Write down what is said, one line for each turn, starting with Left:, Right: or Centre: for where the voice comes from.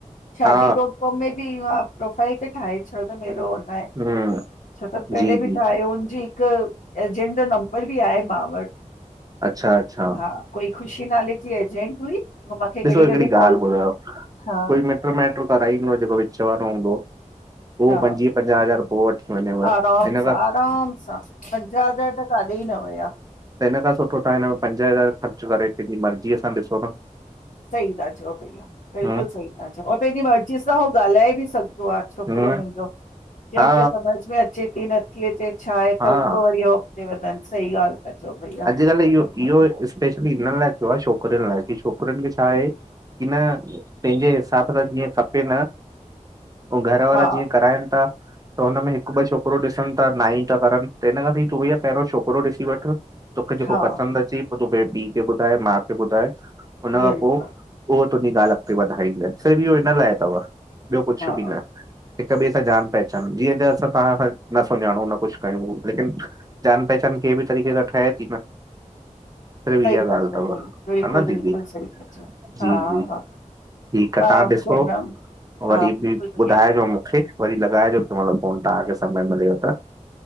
Left: शादी
Right: हा
Left: डॉट कॉम में बि प्रोफाइल ते ठाहे छॾ <unintelligible> <unintelligible>
Right: हम्म
Left: छो त पहले
Right: जी
Left: बि
Right: जी
Left: ठाहे उनजी हिकु एजेंट जो नंबर बि आहे मां वटि।
Right: अच्छा अच्छा।
Left: हा कोई ख़ुशी नाले जी एजेंट हुई। मूंखे घड़ी
Right: ॾिसो हिकिड़ी
Left: घड़ी कॉल
Right: ॻाल्हि ॿुधायो,
Left: कई हा
Right: कोई मिटयूं माइटियूं कराईंदो जेको विच वारो हूंदो उहो
Left: हा,
Right: पंजवीह पंजाह हज़ार पोइ वठी वञेव हिन
Left: आराम सां
Right: खां
Left: आराम सां, पंजाह हजार त का कॾेई न वया।
Right: त हिन खां सुठो तव्हां हिन में पंज हज़ार ख़र्चु करे पंहिंजी मर्ज़ीअ सां ॾिसो न
Left: सही त चओ भईया, बिलकुलु
Right: हम्म
Left: सही त चओ, पंहिंजी मर्ज़ी सां हो ॻाल्हाए बि सघंदो आ छोकिरो
Right: हम्म
Left: मुंहिंजो खे
Right: हा
Left: उनखे सम्झ में अचे थी नथी अचे। छा आहे त हुन
Right: हा
Left: खो वरी अॻिते वधनि सही ॻाल्हि था चओ भईया
Right: अॼुकल्ह इहो इहो स्पेशली हिन लाइ थियो आहे छोक छो की छोकिरिन खे छा आहे की न पंहिंजे हिसाब जीअं खपे न ऐं घरवारा
Left: हा
Right: जीअं कराइनि था। त हुनमें हिकु ॿ छोकिरो ॾिसन ता ना ई था करनि त हिन खां सी तूं भईया पहिरियों छोकिरो ॾिसी वठि तोखे जेको
Left: हा
Right: पसंदि अचे पोइ तोखे पी खे ॿुधाए मा खे ॿुधाए हुनन
Left: बिल्कुलु
Right: खां पोइ ओ तुंहिंजी ॻाल्हि अॻिते वधाईंद स इहो हिन लाइ अथव ॿियो कुझुऐ
Left: हा
Right: बि न हिक ॿिए सां जान पहचान, जीअं त असां तव्हां न सुञाणो न कुझु कयूं, लेकिन जान पहचान कंहिं बि तरीक़े सां ठहे थी न त इहा
Left: सही था
Right: ॻाल्हि
Left: चओ
Right: तव
Left: भईया बिल्कुलु
Right: हा न दीदी
Left: बिल्कुलु सही था चओ
Right: जी
Left: हा
Right: जी ठीक
Left: हा
Right: आहे
Left: मां
Right: तहां ॾिसो
Left: चवंदमि हा
Right: वरी
Left: बिल्कुलु
Right: भी
Left: भईया
Right: ॿुधाइजो मुंखे वरी लॻाइजो कंहिं महिल फोन, तव्हांखे समय मिलेव त